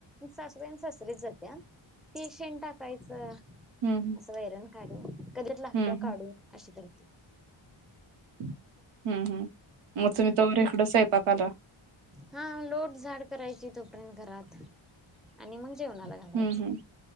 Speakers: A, in the centre; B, on the right.
A: सासुबाई आणि सासरेच जात्यात ती शेण टाकायचं
B: हम्म
A: असं वैरण काड्या कधी तर लागत्या
B: हम्म
A: काढू
B: हम्म
A: अशी करत <inaudible>
B: हम्म हम्म मग तुम्ही तोपर्यंत इकडं स पाकाला
A: हा लोटझाड करायची तो <inaudible> घरात आणि मग जेवणाला घालायचं
B: हम्म हम्म